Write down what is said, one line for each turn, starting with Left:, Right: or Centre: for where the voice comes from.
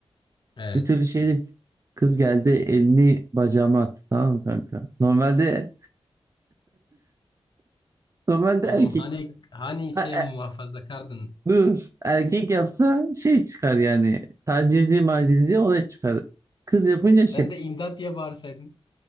Left: Evet.
Right: Bir türlü şeyde bit- kız geldi elini bacağıma attı tamam mı kanka? Normalde normalde
Left: Oğlum
Right: erkek
Left: hani hani
Right: Ha,
Left: şey muhafaza kardın.
Right: Dur. Erkek yapsa şey çıkar yani. Tacizci macizci olay çıkar. Kız yapınca
Left: Sen
Right: şey.
Left: de imdat diye bağırsaydın.